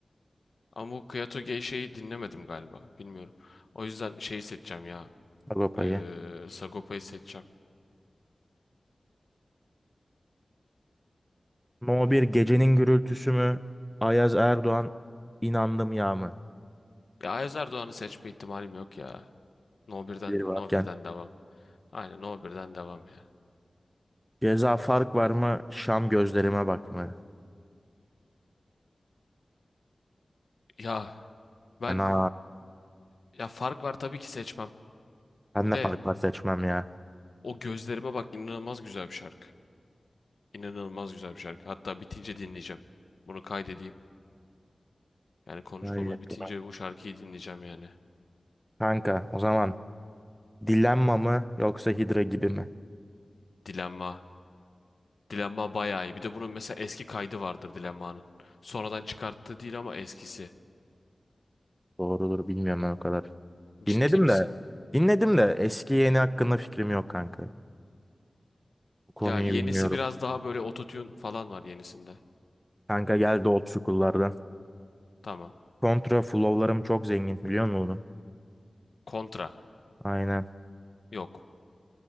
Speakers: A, on the left; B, in the centre.
A: Ama bu Kyoto Geisha'yı dinlemedim galiba. Bilmiyorum. O yüzden şeyi seçeceğim ya.
B: Sagopa'yı.
A: Ee, Sagopa'yı seçeceğim.
B: No bir Gecenin Gürültüsü mü? Ayaz Erdoğan inandım ya mı?
A: Ya Ayaz Erdoğan'ı seçme ihtimalim yok ya. No 1'den,
B: Bir varken.
A: No 1'den devam. Aynen No 1'den devam ya.
B: Ceza fark var mı? Şam gözlerime bak mı?
A: Ya ben
B: Fena.
A: ya fark var tabii ki seçmem.
B: Ben de
A: De
B: fark var seçmem ya.
A: o gözlerime bak inanılmaz güzel bir şarkı. İnanılmaz güzel bir şarkı. Hatta bitince dinleyeceğim. Bunu kaydedeyim. Yani konuşmamız
B: Vay yakına.
A: bitince bu şarkıyı dinleyeceğim yani.
B: Kanka o zaman Dilemma mı yoksa Hidra gibi mi?
A: Dilenma. Dilenma bayağı iyi. Bir de bunun mesela eski kaydı vardır Dilenma'nın. Sonradan çıkarttığı değil ama eskisi.
B: Doğrudur bilmiyorum ben o kadar.
A: Ciddi
B: Dinledim
A: misin?
B: de dinledim de eski yeni hakkında fikrim yok kanka. Bu konuyu
A: Ya yenisi
B: bilmiyorum.
A: biraz daha böyle ototune falan var yenisinde.
B: Kanka geldi old school'lardan.
A: Tamam.
B: Contra flow'larım çok zengin biliyor musun onu?
A: Kontra.
B: Aynen.
A: Yok.